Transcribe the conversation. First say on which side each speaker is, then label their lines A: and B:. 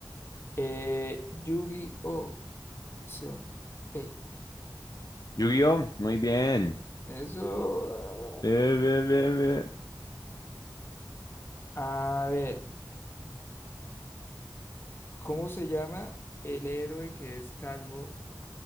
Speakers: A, on the left (about 30°); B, on the left (about 50°).
A: Eh, Yu-Gi-Oh! Opción P.
B: Yu-Gi-Oh! Muy bien.
A: Eso.
B: Bien, bien, bien, bien.
A: ah, A ver, ¿cómo se llama el héroe que es calvo